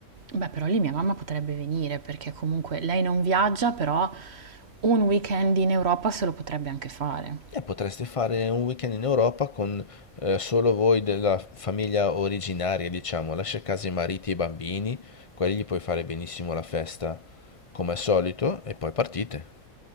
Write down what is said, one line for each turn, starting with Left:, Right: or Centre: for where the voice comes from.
Right: Beh, però lì mia mamma potrebbe venire, perché comunque lei non viaggia, però un weekend in Europa se lo potrebbe anche fare.
Left: E potreste fare un weekend in Europa con eh, solo voi della famiglia originaria, diciamo. Lascia a casa i mariti e i bambini, quelli gli puoi fare benissimo la festa come al solito e poi partite.